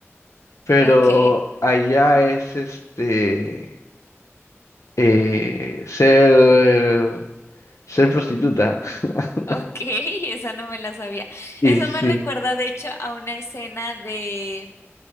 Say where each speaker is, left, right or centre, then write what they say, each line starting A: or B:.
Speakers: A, on the left (about 85°); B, on the left (about 60°).
A: Pero
B: Ok,
A: allá es este. eh, ser, ser prostituta. <laughs>
B: ok, <laughs> esa no me la sabía.
A: Y
B: Eso
A: sí,
B: me recuerda, de hecho, a una escena de